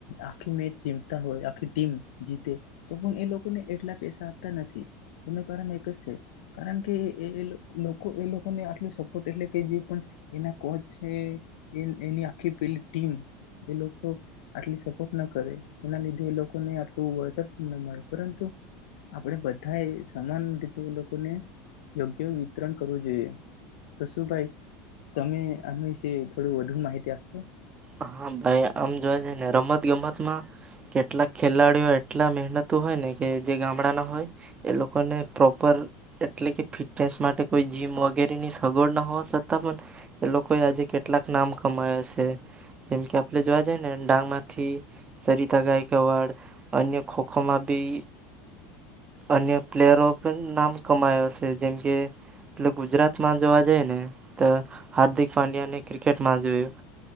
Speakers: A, on the left; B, on the right.
A: આખી મેચ જમતા હોય આખી ટીમ જીતે તો એને એટલા પૈસા આપતા નથી એનું કારણ એક જ છે કારણ કે એ લોકોને આટલો સપોર્ટ એટલે કે જે પણ એના કોચ છે એની આખી પેલી ટીમ એ લોકો આટલી સપોર્ટ ના કરે એના લીધે એ લોકોને આટલું વળતર ન મળે પરંતુ આપણે બધાએ સમાન રીતે લોકોને યોગ્ય વિતરણ કરવું જોઈએ તો શું ભાઈ તમે આના વિશે થોડ વધુ માહિતી આપશો?
B: હા ભાઈ આમ જોવા જ ને રમત ગમતમાં કેટલાક ખેલાડીઓ એટલા મહેનતુ હોય ને કે જે ગામડા ના હોય એ લોકોને પ્રોપર એટલે કે ફિટનેસ માટે કોઈ જીમ વગેરેની સગવડ ના હોવા છતાં પણ એ લોકોએ આજે કેટલાક નામ કમાય છે. જેમ કે આપણે જોવા જઈએ ને ડાંગમાંથી સરિતા ગાયકવાડ અન્ય ખોખોમાં બી અન્ય પ્લેયરો પણ નામ કમાયો છે જેમકે ગુજરાતમાં જોવા જઈ ને તો હાર્દિક પાંડ્યાને ક્રિકેટમાં જોયું.